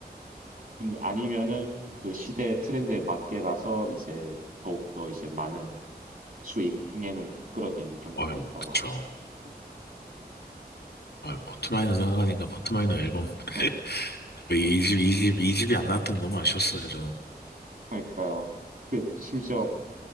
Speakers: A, on the right (about 55°); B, on the left (about 80°).
A: 근데 아니면은 그 시대 트렌드에 맞게 가서 이제 더욱더 이제 많은 수익, 흥행을 끌어들이는 그런
B: 아유,
A: 것도 있다고
B: 그쵸.
A: 하고. 네.
B: 아유, 포트마이너 생각하니까 포트마이너 앨범. <laughs>
A: 네,
B: 이 집, 이 집, 이 집이 안 나왔더니 너무 아쉬웠어요,
A: 네.
B: 저는.
A: 그러니까요. 그 심지어